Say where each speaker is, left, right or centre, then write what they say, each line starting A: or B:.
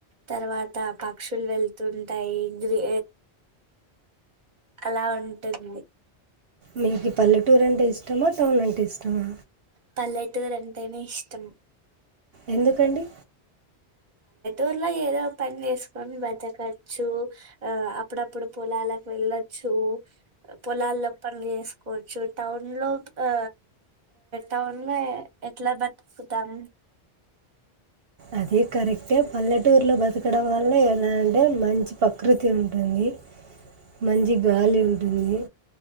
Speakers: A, on the right; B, on the right.
A: తర్వాత పక్షులు వెళతుంటాయి గ్రీ అలా ఉంటుంది
B: మీకు పల్లెటూరు అంటె ఇష్టమా టౌన్ అంటే ఇష్టమా
A: పల్లెటారు అంటేనే ఇష్టం
B: ఎందుకండి
A: ఊర్లో ఏదో ఒక పని చేసుకొని బతకొచ్చు ఆ అప్పుడప్పుడు పొలాలకు వెళ్ళొచ్చు పొలాల్లో పనులు చేసుకోవచ్చు టౌన్ లో ఆ టౌన్ లో ఎట్లా బతుకుతాం
B: అదే కరెక్ట్ అయితే పల్లెటూరులో బతకడం వల్ల ఎలాఅంటే మంచి ప్రకృతి ఉంటుంది మంచి గాలి ఉంటుంది